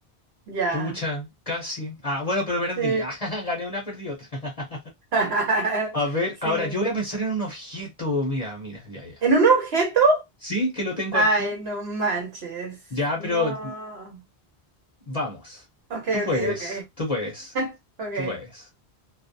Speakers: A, on the right (about 70°); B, on the left (about 40°).
A: Ya.
B: pucha, casi. Ah, bueno, pero perdí.
A: Sí.
B: <laughs> Ah, gané una, perdí otra. <laughs>
A: <laughs>
B: A ver,
A: Sí.
B: ahora yo voy a pensar en un objeto. Mira, mira, ya, ya.
A: ¿En un objeto?
B: Sí, que lo tengo
A: Ay,
B: aquí.
A: no manches.
B: Ya,
A: No.
B: pero Vamos.
A: Ok,
B: Tú puedes,
A: ok, ok.
B: tú puedes,
A: <laughs> Ok,
B: tú puedes.